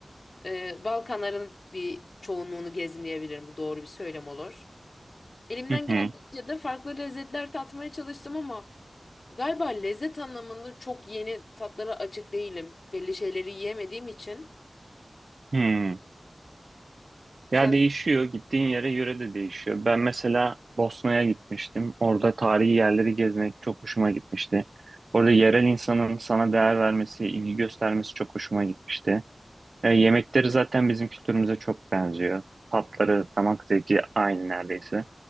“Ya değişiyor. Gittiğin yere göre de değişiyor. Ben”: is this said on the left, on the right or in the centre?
Right